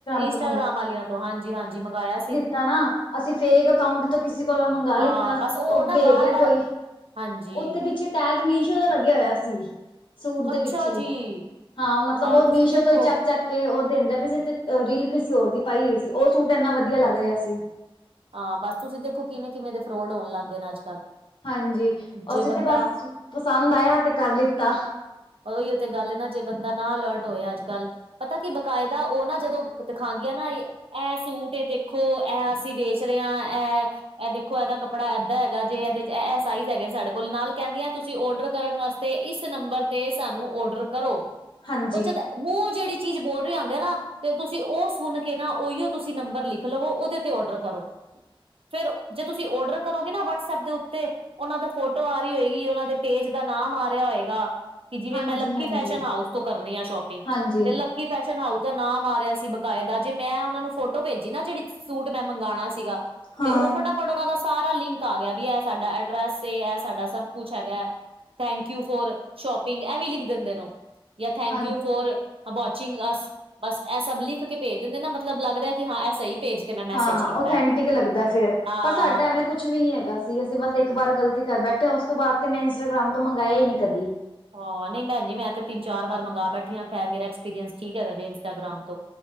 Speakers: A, on the right; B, on the left.
A: ਇੰਸਟਾਗ੍ਰਾਮ
B: ਤੋਂ
A: ਵਾਲੀਆਂ ਤੋਂ ਹਾਂਜੀ- ਹਾਂਜੀ ਮੰਗਾਇਆ ਸੀ
B: ਤਾਂ ਨਾ, ਅਸੀਂ ਫੇਕ ਅਕਾਊਂਟ ਤੋਂ ਕਿਸੇ ਕੋਲ ਮੰਗ ਮੰਗਾ ਲਿੱਤਾ,
A: ਹਾਂ ਬਸ
B: ਉਹ
A: ਨਾ
B: ਦੇ
A: ਬਾਰ
B: ਗਿਆ
A: ਬਾਰ
B: ਕੋਈ,
A: ਹਾਂਜੀ
B: ਉੱਥੇ ਪਿੱਛੇ ਟੈਗ ਮੀਸ਼ੋ ਤੋਂ ਲੱਗਿਆ ਹੋਇਆ ਸੀ, ਸੂਟ ਦੇ
A: ਅੱਛਾ
B: ਪਿੱਛੇ,
A: ਜੀ,
B: ਹਾਂ ਮਤਲਬ
A: ਆਹ
B: ਉਹ
A: ਤੁਸੀਂ
B: ਮੀਸ਼ੋ
A: ਦੇਖੋ
B: ਤੋਂ ਹੀ ਚੱਕ ਕੇ ਉਹ ਦਿੰਦੇ ਪਏ ਸੀ, ਤੇ ਰੀਲ ਕਿਸੇ ਹੋਰ ਦੀ ਪਾਈ ਹੋਈ ਸੀ, ਉਹ ਸੂਟ ਇੰਨਾ ਵਧੀਆ ਲੱਗ ਰਿਹਾ ਸੀ
A: ਹਾਂ ਬਸ, ਤੁਸੀਂ ਦੇਖੋ ਕਿਵੇਂ- ਕਿਵੇਂ ਦੇ ਫਰੋਡ ਹੋਣ ਲੱਗ ਗਏ ਨੇ ਅੱਜ-ਕੱਲ
B: ਹਾਂਜੀ, ਅਸੀਂ
A: ਜੇ
B: ਤੇ
A: ਬੰਦਾ
B: ਬਸ ਪਸੰਦ ਆਇਆ, ਤੇ ਕਰ ਲਿੱਤਾ
A: ਉਹੀ ਉੇ ਗੱਲ ਨਾ, ਜੇ ਬੰਦਾ ਨਾ ਅਲਰਟ ਹੋਇਆ ਅੱਜ- ਕੱਲ੍ਹ ਪਤਾ ਕੀ ਬਕਾਇਦਾ ਉਹ ਨਾ ਜਦੋਂ ਦਿਖਾਉਂਦੀਆਂ, ਨਾ ਇਹ ਸੂਟ ਇਹ ਦੇਖੋ ਇਹ ਅਸੀਂ ਦੇ ਦੂਸਰਿਆ ਹੈ <unintelligible> ਇਹ ਦੇਖੋ ਇਹਦਾ ਕੱਪੜਾ ਏਦਾਂ ਹੈਗਾ ਜੇ ਇਹਦੇ 'ਚ ਇਹ ਸਾਈਜ਼ ਹੈਗੇ ਸਾਡੇ ਕੋਲ, ਨਾਲ ਕਹਿੰਦੀਆਂ ਤੁਸੀਂ ਆਰਡਰ ਕਰਨ ਵਾਸਤੇ ਤੇ ਇਸ ਨੰਬਰ ਤੇ ਸਾਨੂੰ ਆਰਡਰ ਕਰੋ,
B: ਹਾਂਜੀ।
A: ਉਹ ਜਦ ਮੂੰਹ ਜਿਹੜੀ ਚੀਜ਼ ਬੋਲ ਰਹੀ ਆਉਂਦੇ ਆ ਨਾ ਤੇ ਤੁਸੀਂ ਉਹ ਸੁਣ ਕੇ ਨਾ, ਉਹੀਓ ਤੁਸੀਂ ਨੰਬਰ ਲਿਖ ਲਵੋ, ਉਹਦੇ ਤੇ ਆਰਡਰ ਕਰੋ ਫਿਰ, ਜੇ ਤੁਸੀਂ ਆਰਡਰ ਕਰੋਗੇ ਨਾ ਵਟਸਐਪ ਦੇ ਉੱਤੇ ਉਹਨਾਂ ਦਾ ਫੋਟੋ ਆ ਰਹੀ ਹੋਏਗੀ, ਉਹਨਾਂ ਦੇ ਪੇਜ ਦਾ ਨਾਮ ਆ ਰਿਹਾ ਹੋਏਗਾ ਕਿ ਜਿਵੇਂ
B: ਹਾਂਜੀ-ਹਾਂਜੀ,
A: ਮੈਂ ਲੱਕੀ
B: ਹਾਂਜੀ।
A: ਫੈਸ਼ਨ ਹਾਊਸ ਤੋਂ ਕਰਨੀ ਆ ਸ਼ੋਪਿੰਗ,
B: ਹਾਂਜੀ
A: ਤੇ ਲ ਲੱਕੀ ਫੈਸ਼ਨ ਹਾਊਸ ਦਾ ਨਾਮ ਆ ਰਿਹਾ ਸੀ ਬਕਾਏ ਦਾ, ਜੇ ਮੈਂ ਉਹਨਾਂ ਨੂੰ ਫੋਟੋ ਭੇਜੀ ਨਾ ਜਿਹੜੀ ਸੂਟ ਮੈਂ ਮੰਗਵਾਉਣਾ ਸੀਗਾ ਤੇ
B: ਹਾਂ।
A: ਉਹ ਫਟ ਫਟਾਫਟ ਉਹਨਾਂ ਦਾ ਸਾਰਾ ਲਿੰਕ ਆ ਗਿਆ ਵੀ ਇਹ ਸਾਡਾ ਐਡਰਸ ਸਾਡਾ ਸਭ ਕੁੱਛ ਹੈਗਾ ਥੈਂਕ ਯੂ ਫੋਰ ਸ਼ੋਪਿੰਗ, ਇਹ ਵੀ ਲਿਖ ਦਿੰਦੇ ਨੇ ਯ ਥੈਂਕ
B: ਹਾਂਜੀ।
A: ਯੂ ਫੋਰ ਵੋਚਿੰਗ ਅਸ ਬਸ ਇਹ ਸਭ ਲਿਖ ਕੇ ਭੇਜ ਦਿੰਦੇ ਨਾ ਮਤਲਬ ਲੱਗ ਰਿਹਾ ਕਿ ਹਾਂ ਇਹ ਸਹੀ ਪੇਜ ਤੇ ਮੈਂ ਮੈਸੇਜ
B: ਹਾਂ
A: ਕੀਤਾ
B: ਓਥੈਂਟਿਕ ਲੱਗਦਾ ਫਿਰ,
A: ਹਾਂ
B: ਪਰ ਸਾਡਾ ਐਵੇਂ ਕੁਛ ਕੁਛ ਵੀ ਨੀ ਹੈਗਾ ਸੀ, ਅਸੀਂ ਬਸ ਇੱਕ ਵਾਰ ਗਲਤੀ ਕਰ ਬੈਠਿਆ ਉਸ ਤੋਂ ਬਾਅਦ ਤੇ ਮੈਂ ਇੰਸਟਾਗ੍ਰਾਮ ਤੋਂ ਮੰਗਾਇਆ ਹੀ ਨੀ ਕਦੀ
A: ਹਾਂ ਨਹੀਂ ਮੈਂ ਨੀ ਮੈਂ ਤੇ ਤਿੰਨ- ਚਾਰ ਵਾਰ ਮੰਗਵਾ ਬੈਠੀ ਹਾਂ, ਖੈ ਮੇਰਾ ਐਕਸਪੀਰੀਅੰਸ ਠੀਕ ਹੈਗਾ ਜੇ ਇੰਸਟਾਬਗ੍ਰਾਮ ਤੋਂ